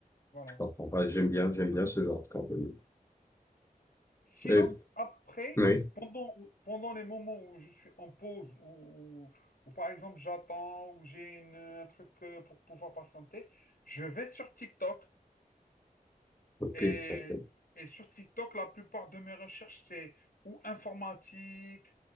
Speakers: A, on the left; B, on the left.
A: voilà.
B: Je comprends pas. J'aime bien j'aime bien ce genre de contenu.
A: Sinon,
B: Euh,
A: après,
B: oui,
A: pendant, pendant les moments où je suis en pause, ou par exemple j'attends, ou j'ai une- un truc euh, pour pouvoir patienter, je vais sur TikTok
B: ok,
A: Et,
B: ok.
A: et sur TikTok, la plupart de mes recherches, c'est ou informatique,